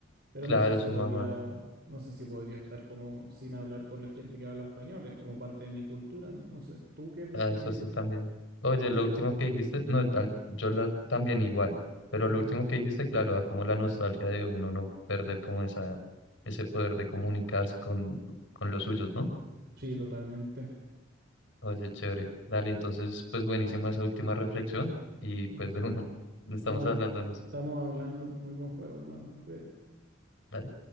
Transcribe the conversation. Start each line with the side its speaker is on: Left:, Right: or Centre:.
Right: pero
Left: claro,
Right: no sé si
Left: su
Right: podría,
Left: mamá.
Right: no sé si podría estar como sin hablar con la gente que habla español, es como parte de mi cultura, ¿no? No sé. ¿Tú qué,
Left: Ah,
Right: qué
Left: eso
Right: opinas?
Left: sí también. Oye, lo último que dijiste, no, al- yo la, también igual, pero
Right: Ujú.
Left: lo último que dijiste, claro, da como la nostalgia de uno no perder como esa, ese poder de comunicarse con, con los suyos, ¿no?
Right: Sí, totalmente.
Left: Oye, chévere. Dale, entonces, pues buenísima esa última reflexión y pues
Right: Ujú.
Left: de una, <laughs> no estamos
Right: Nos
Left: hablándonos.
Right: estamos hablando. Muy buen juego, hermano. Cuídate.
Left: Dale.